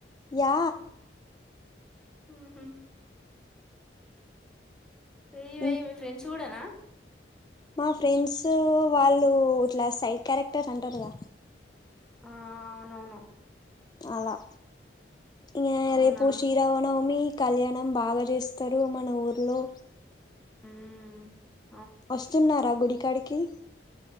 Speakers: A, on the left (about 20°); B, in the centre.
A: యా
B: హ హ వెయ వెయి
A: ఇం
B: మీ ఫ్రెండ్స్ చూడనా
A: మా ఫ్రెండ్స్ వాళ్ళు ఇట్లా సైడ్ క్యారెక్టర్ అంటారు గా
B: ఆ అవునవును
A: అలా ఇ ఎర
B: అవునా
A: పూ షీరావన అమి కళ్యాణం బాగా చేస్తారు మన ఊర్లో
B: మ్మ్
A: వస్తున్నారా గుడికాడికి